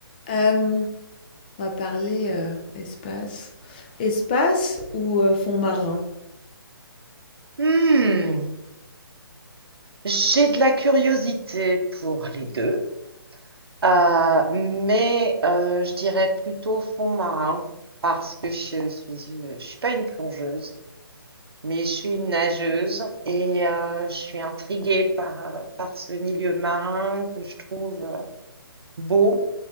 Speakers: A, on the left (about 25°); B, on the right (about 80°).
A: Euh, on va parler euh, espace. Espace ou euh, fond marin?
B: Hmm, J'ai de la curiosité pour les deux, euh, mais euh, je dirais plutôt fond marin parce que je suis, je suis pas une plongeuse, mais je suis une nageuse et euh, je suis intriguée par, euh, par ce milieu marin que je trouve euh, beau,